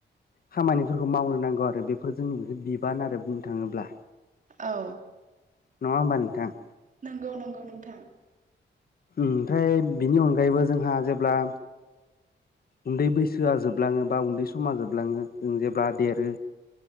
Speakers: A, on the left; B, on the right.
A: खामानिफोरखौ मावनो नांगौ आरो बेफोर जोंनि बे बिबान आरो बुंनो थाङोब्ला
B: औ
A: नङा होनबा नोंथां
B: नंगौ नंगौ नोंथां
A: ओमफ्राय बिनि अनगायैबो जोंहा जेब्ला उन्दै बैसोआ जोबलाङो बा उन्दै समा जोबलाङो जों जेब्ला देरो